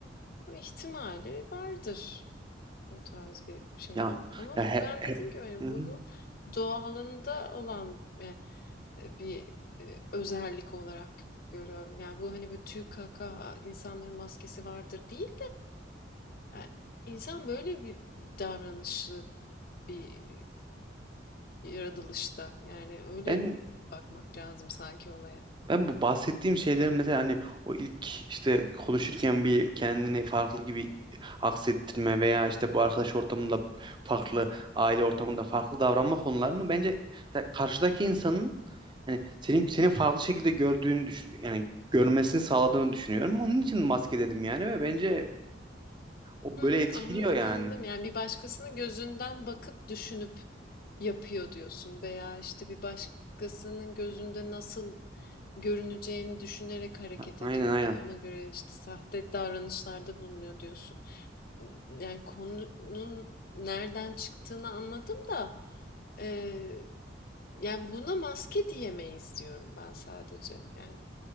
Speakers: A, on the left (about 50°); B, on the right (about 25°).
A: o ihtimali vardır o tarz bir şeyin.
B: Ya
A: Ama
B: ya he-
A: ben dediğim gibi hani
B: Hı hı.
A: bunu doğalında olan e, bir e, özellik olarak görüyorum. Yani bu hani böyle tüy kaka insanların maskesi vardır değil. Yani insan böyle bir davranışlı bir yaratılışta. Yani öyle
B: Ben
A: bakmak lazım sanki olaya.
B: Ben bu bahsettiğim şeylerin mesela hani o ilk işte konuşurken bir kendini farklı gibi aksettirme veya işte bu arkadaş ortamında farklı, aile ortamında farklı davranma konularını bence mesela karşıdaki insanın hani senin senin farklı şekilde gördüğünü düşün yani görmesini sağladığını düşünüyorum. Onun için maske dedim yani ve bence o
A: Hı
B: böyle
A: hı,
B: etkiliyor
A: anladım
B: yani.
A: anladım. Yani bir başkasının gözünden bakıp düşünüp yapıyor diyorsun veya işte bir başkasının gözünde nasıl görüneceğini düşünerek hareket
B: Aynen
A: ediyor
B: aynen.
A: ve ona göre işte sahte davranışlarda bulunuyor diyorsun. Yani konunun nereden çıktığını anladım da e, Yani buna maske diyemeyiz diyorum ben sadece. Yani